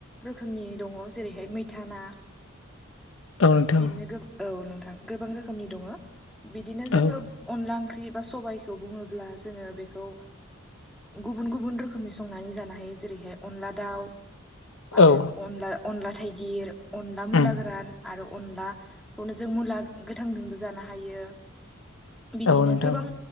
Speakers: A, in the centre; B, on the left.
A: रोखोमनि दङ जेरैहाय मैथा ना
B: औ नोंथां
A: बिदिनो गो औ नोंथां गोबां रोखोमनि दङो बिदिनो जोङो
B: औ
A: अनला ओंख्रि बेबा सबायखौ बुङोब्ला जोङो बे खौ गुबुन गुबुन रोखोमनि संनानै जानो हायो जेरैहाय अनला दाउ आरो
B: औ
A: अनला अनला थाइगिर अनला मुला
B: उम
A: गोरान आरो। अनलाखौनो जों मुला गोथांजोंबो जानो हायो। बिदिनो
B: औ नोंथां
A: गोबां